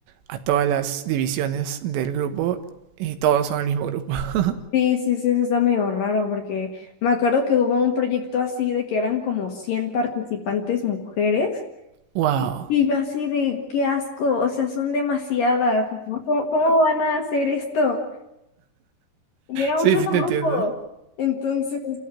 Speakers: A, on the right (about 80°); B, on the left (about 55°).
A: a todas las divisiones del grupo y todos son el mismo grupo. <laughs>
B: Sí, sí, sí, eso está medio raro porque me acuerdo que hubo un proyecto así de que eran como 100 participantes mujeres
A: Wow.
B: y yo así de qué asco, o sea, son demasiadas, ¿no? ¿Cómo, cómo van a hacer esto? Y era un
A: Sí,
B: solo
A: sí te
B: grupo,
A: entiendo.
B: entonces,